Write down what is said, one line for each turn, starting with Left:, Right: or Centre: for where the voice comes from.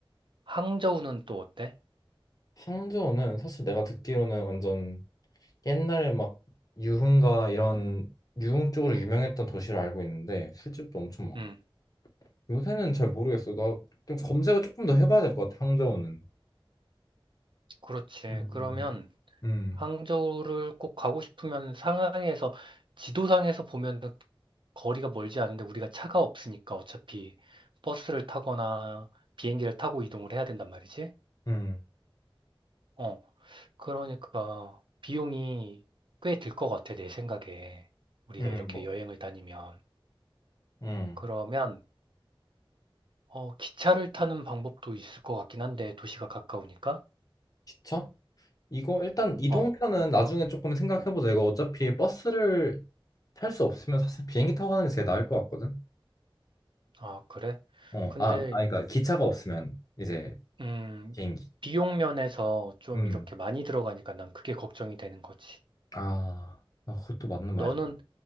Right: 항저우는 또 어때?
Left: 항저우는 사실 내가 듣기로는 완전 옛날에 막 유흥가 이런 유흥 쪽으로 유명했던 도시로 알고 있는데 술집도 엄청 많고.
Right: 음,
Left: 요새는 잘 모르겠어. 나 좀 검색을 조금 더 해봐야 될 것 같아. 항저우는.
Right: 그렇지.
Left: 음.
Right: 그러면,
Left: 음.
Right: 항저우를 꼭 가고 싶으면 상하이에서 지도상에서 보면 거리가 멀지 않은데 우리가 차가 없으니까 어차피 버스를 타거나 비행기를 타고 이동을 해야 된단 말이지.
Left: 음,
Right: 어, 그러니까 비용이 꽤 들 것 같아, 내 생각에. 우리가
Left: 음,
Right: 이렇게
Left: 뭐,
Right: 여행을 다니면.
Left: 음,
Right: 그러면 어, 기차를 타는 방법도 있을 것 같긴 한데 도시가 가까우니까.
Left: 기차? 이거 일단 이동편은
Right: 어,
Left: 나중에 조금 생각해보자. 이거 어차피 버스를 탈 수 없으면 사실 비행기 타고 가는 게 제일 나을 것 같거든.
Right: 아, 그래?
Left: 어,
Right: 근데
Left: 아, 아니, 그러니까 기차가 없으면 이제
Right: 음,
Left: 비행기.
Right: 비용 면에서 좀
Left: 음,
Right: 이렇게 많이 들어가니까 난 그게 걱정이 되는 거지.
Left: 아, 아, 그것도 맞는 말이다.
Right: 너는